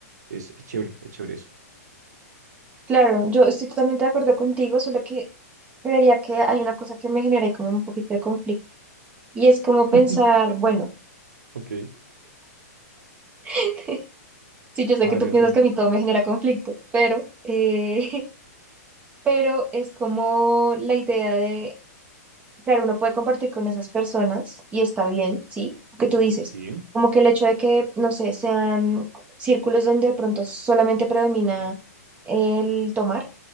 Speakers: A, on the right; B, on the right.
A: es chévere, es chévere eso.
B: Claro, yo estoy totalmente de acuerdo contigo, solo que creería que hay una cosa que me genera ahí como un poquito de conflicto y es como
A: <laughs>
B: pensar, bueno.
A: Ok,
B: <laughs> Sí, yo sé
A: a
B: que
A: ver,
B: tú piensas
A: a ver.
B: que a mí todo me genera conflicto, pero, eh, <laughs> pero es como la idea de, claro, uno puede compartir con esas personas y está bien, ¿sí? Lo que tú dices,
A: Sí.
B: como que el hecho de que, no sé, sean círculos donde de pronto solamente predomina el tomar